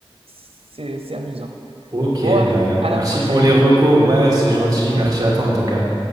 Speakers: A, on the right; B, on the right.
A: c'est- c'est amusant.
B: Ok,
A: Bon, allez,
B: bah
A: à
B: merci
A: la prochaine.
B: pour les recos. Ouais, c'est gentil. Merci
A: <laughs>
B: à toi en tout cas.